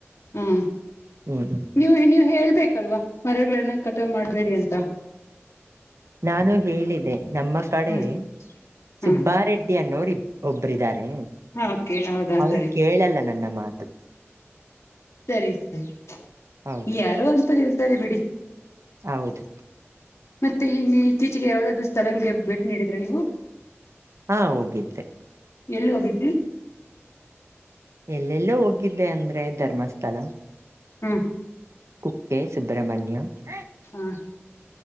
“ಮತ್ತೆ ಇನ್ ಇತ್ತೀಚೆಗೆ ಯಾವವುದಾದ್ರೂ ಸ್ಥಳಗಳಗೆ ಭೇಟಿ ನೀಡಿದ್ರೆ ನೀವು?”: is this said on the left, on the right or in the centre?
Left